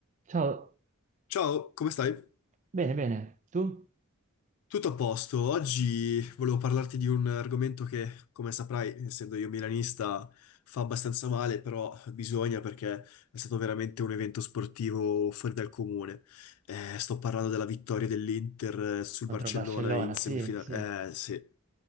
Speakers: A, on the right (about 35°); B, on the left (about 75°).
A: Ciao,
B: Ciao, come stai?
A: bene, bene. Tu?
B: Tutto a posto. Oggi volevo parlarti di un argomento che, come saprai, essendo io milanista, fa abbastanza male, però bisogna perché è stato veramente un evento sportivo fuori dal comune. Eh, sto parlando della vittoria dell'Inter eh, sul
A: Contro
B: Barcellona
A: il Barcellona,
B: in semifinale.
A: sì, sì.
B: Eh, sì.